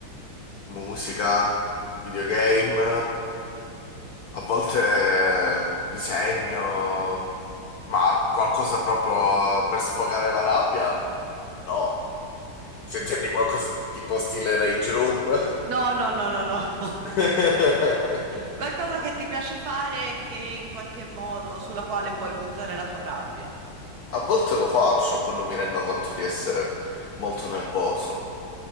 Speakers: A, on the left; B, on the right.
A: musica, videogame, a volte eh, disegno, ma qualcosa proprio per sfogare la rabbia? No. Se intendi qualcosa tipo stile Rage Room?
B: No, no, no, no, no. <laughs> no.
A: <laughs>
B: Qualcosa che ti piace fare e che in qualche modo sulla quale puoi buttare la tua rabbia.
A: A volte lo faccio quando mi rendo conto di essere molto nervoso.